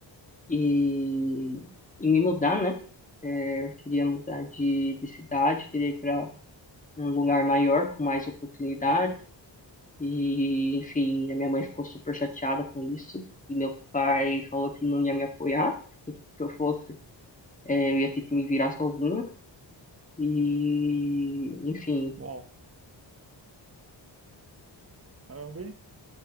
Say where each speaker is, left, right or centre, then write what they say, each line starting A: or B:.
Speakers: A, on the left; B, on the right.
A: e, e me mudar, né? É, queria mudar de, de cidade, queria ir para um lugar maior, com mais oportunidades. E, enfim, a minha mãe ficou super chateada com isso. E meu pai falou que não ia me apoiar. que Se eu fosse, é, eu ia ter que me virar sozinha. E, enfim,
B: Uau, caramba, hein?